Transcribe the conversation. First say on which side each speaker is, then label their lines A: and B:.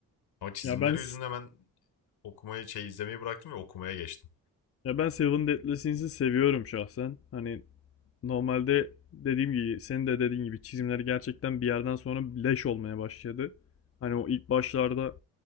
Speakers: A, on the left (about 80°); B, on the left (about 40°).
A: Ama çizimleri
B: Ya ben
A: yüzünden ben okumayı, şey izlemeyi bıraktım ve okumaya geçtim.
B: ya ben Seven Deadly Sins'i seviyorum şahsen. Hani normalde dediğim gibi senin de dediğin gibi çizimleri gerçekten bir yerden sonra leş olmaya başladı. Hani o ilk başlarda